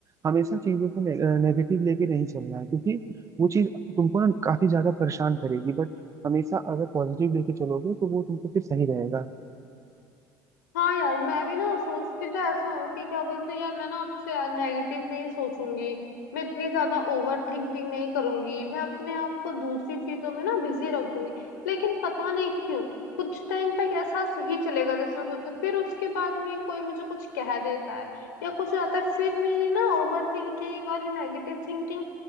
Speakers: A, on the right; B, on the left.
A: हमेशा चीजों को ने, नेगेटिव लेके नहीं चलना है क्योंकि वो चीज तुमको ना काफी ज्यादा परेशान करेगी बट हमेशा अगर पॉजिटिव लेके चलोगे तो वो तुमको फिर सही रहेगा
B: हाँ यार मैं भी ना सोचती तो ऐसा हूँ कि क्या बोलते हैं यार मैं ना आपसे यार नेगेटिव नहीं सोचूंगी मैं इतनी ज्यादा ओवर थिंकिंग नहीं करूंगी मैं अपने आप को दूसरी चीजों में ना बिजी रख दूंगी लेकिन पता नहीं क्यों कुछ टाइम तक ऐसा सही चलेगा जैसे मैं सोचती हूँ। फिर उसके बाद में कोई मुझे कुछ कह देता है या कुछ हो जाता है फिर मेरी ना ओवर थिंकिंग और ये नेगेटिव थिंकिंग